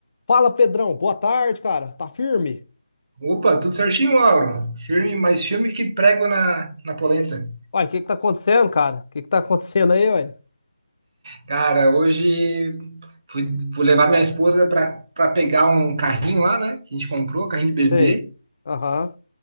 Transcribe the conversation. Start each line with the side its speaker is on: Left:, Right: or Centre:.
Left: Fala, Pedrão. Boa tarde, cara. Tá firme?
Right: Opa, tudo certinho, Lauro? Firme, mais firme que prego na, na polenta.
Left: Uai, o que que tá acontecendo, cara? O que que tá acontecendo aí, uai?
Right: Cara, hoje fui, fui levar minha esposa pra, pra pegar um carrinho lá, né? Que a gente comprou, carrinho de bebê.
Left: Sei. Aham.